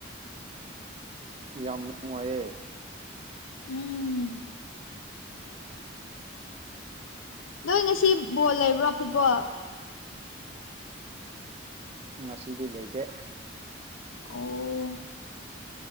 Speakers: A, on the right; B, on the left.
A: ꯌꯥꯝ ꯅꯨꯡꯉꯥꯏꯌꯦ
B: ꯎꯝ ꯅꯣꯏ ꯉꯁꯤ ꯕꯣꯜ ꯂꯩꯕ꯭ꯔꯣ ꯐꯨꯠꯕꯣꯜ
A: ꯉꯁꯤꯗꯤ ꯂꯩꯇꯦ
B: ꯑꯣ